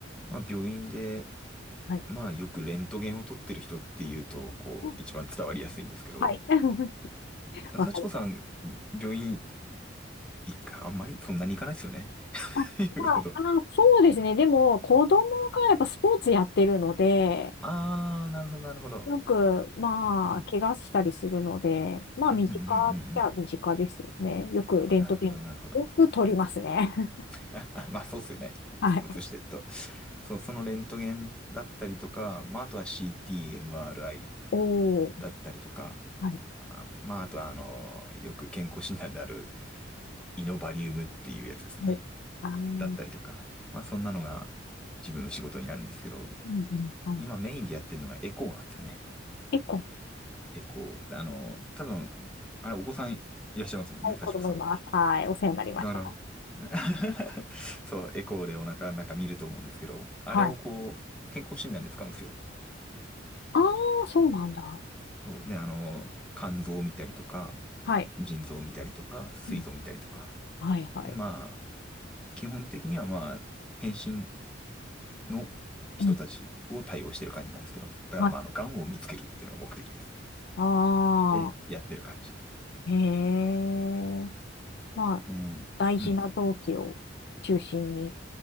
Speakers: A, in the centre; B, on the left.
A: まあ病院で、
B: はい。
A: まあよくレントゲンを撮ってる人っていうと、こう、
B: うん
A: 一番伝わりやすいんですけど、
B: はい。<laughs>
A: 幸子さん、
B: わかります。
A: 病院行か、あんまりそんなに行かないですよね。<laughs>
B: あ、ま
A: 言うほど。
B: あ、あの、そうですね。でも、子供がやっぱスポーツやってるので、
A: あー、なるほどなるほど。
B: よく、まあ、
A: うん。
B: 怪我したりするので、まあ、
A: うんうんうんう
B: 身近っちゃ身近ですよね。
A: ん
B: よくレントゲン、
A: うん。なるほどなるほど。
B: よく取りますね。<laughs>
A: <laughs> まあそうっすよね。
B: はい。
A: スポーツしてると。そう、そのレントゲンだったりとか、まああとは CT、MRI
B: おー。
A: だったりとか、
B: はい。
A: あ、まああとはあの、よく健康診断であるイノバリウムっていうやつですね。
B: はい。あー、うん
A: だったりとか。まあそんなのが自分の仕事になるんですけど、
B: うん。はい。
A: 今メインでやってるのがエコーなんですね。
B: 結構、
A: エコー。あの、多分、あれお子さんいらっしゃいますもんね、
B: はい、
A: 幸子さん。
B: 子供います。はい。お世話になりました。
A: だから <laughs> そう、エコーでお腹の中見ると思うんですけど、あれをこう、
B: はい。
A: 健康診断で使うんですよ。
B: ああ、そうなんだ。
A: そうで、あの、肝臓を見たりとか、
B: はい。
A: 腎臓を見たりとか、膵臓を見たりとか。
B: うん。はい、はい。
A: で、まあ、基本的にはまあ、検診の人たちを対応してる感じなんですけど、
B: うん。
A: だからまあ、
B: はい。
A: あの、癌を見つけるっていうのが目的ですね。
B: ああ、
A: で、やってる感じ。
B: へえ。まあ、
A: うん。
B: 大事な臓器を中心に
A: うん。